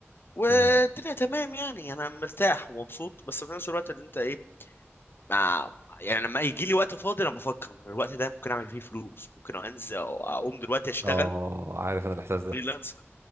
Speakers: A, on the left; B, on the right.
A: والدنيا
B: امم
A: تمام يعني انا مرتاح ومبسوط بس في نفس الوقت اللي انت ايه مع يعني لما يجي لي وقت فاضي انا بفكر إن الوقت ده ممكن اعمل فيه فلوس ممكن انزل أو اقوم دلوقتي اشتغل
B: اه عارف انا الاحساس ده
A: فريلانسر